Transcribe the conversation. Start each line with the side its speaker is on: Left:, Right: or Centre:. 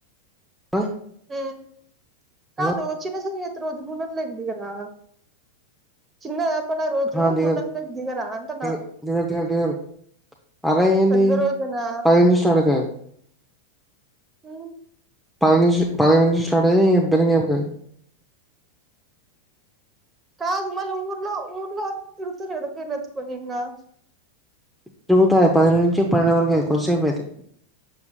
Centre: ఆ
Right: మ్
Centre: హలో
Right: కాదు చిన్న సర్గత్ త్ రోజు గుండంలోకి దిగరా చిన్నా పండగ రోజు
Centre: ఆ దిగరు
Right: గుండంలోకి దిగరా అంటనా
Centre: దిగ దిగరు దిగరు దిగరు అరే ఏంది
Right: పెద్ద రోజునా
Centre: పది నుంచి స్టార్ట్ అయితది
Right: మ్
Centre: పది నుంచి పది నుంచి స్టార్ట్ అయ్యి ఎబ్డెనింగ్ అయిపోతుంది
Right: కాదు మళ్ళీ ఊర్లో ఊర్లో అంత తిరుగుతార్ గదా పిరీల్ ఎత్తుకొని ఇన్న <inaudible>
Centre: తిరుగుతాయి అయి పది నుంచి పన్నెండు వరకే కొద్సేపే అది